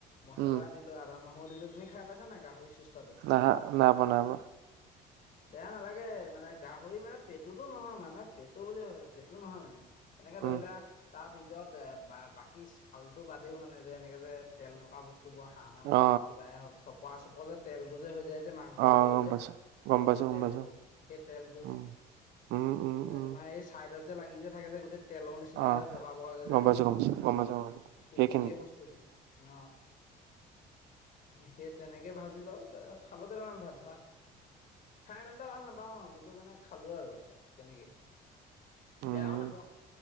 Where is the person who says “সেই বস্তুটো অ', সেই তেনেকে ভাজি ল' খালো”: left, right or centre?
Left